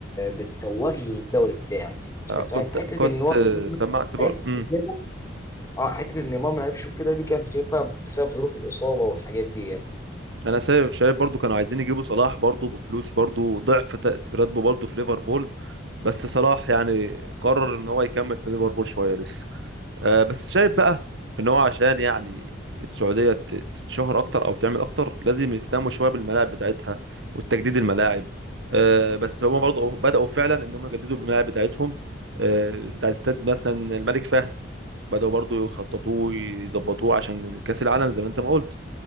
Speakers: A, on the left (about 15°); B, on the right (about 70°).
A: بتسوق لي الدوري بتاعي انت
B: آه، كنت
A: فاهم حته
B: كنت
A: ان هو
B: آه،
A: <laughs>
B: سمعت بر... مم.
A: اه حته ان امام ما لعبش وكده دي كانت بسبب بسبب ظروف الاصابه والحاجات دي يعني.
B: انا سبب شايف برضو كانوا عايزين يجيبوا صلاح برضو بفلوس برضو ضعف ت- راتبه برضو في ليفربول بس صلاح يعني قرر ان هو يكمل في ليفربول شوية لسه آه، بس شايف بقى ان هو عشان يعني السعوديه ت- تتشهر اكتر او تعمل اكتر لازم يهتموا شويه بالملاعب بتاعتها والتجديد الملاعب آه، بس هما برضه بداوا فعلا ان هم يجددوا بالملاعب بتاعتهم آه، بتاع استاد مثلا الملك فهد بداوا برضه يخططوه يظبطوه عشان كاس العالم زي ما انت ما قلت